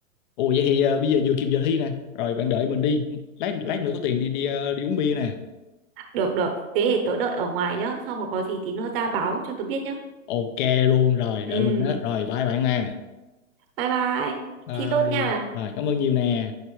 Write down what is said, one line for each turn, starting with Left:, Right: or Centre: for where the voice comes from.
Left: ù vậy thì ờ, bây giờ vừa kịp giờ thi nè rồi bạn đợi mình đi lát lát nữa có tiền đi đi ờ, đi uống bia nè
Right: được được thế thì tớ đợi ở ngoài nhá xong mà có gì tí nữa ra báo cho tớ biết nhá
Left: ok luôn rồi
Right: ừ
Left: đợi mình đó rồi bye bạn nè
Right: bye bye
Left: bye
Right: thi tốt nha
Left: rồi cảm ơn nhiều nè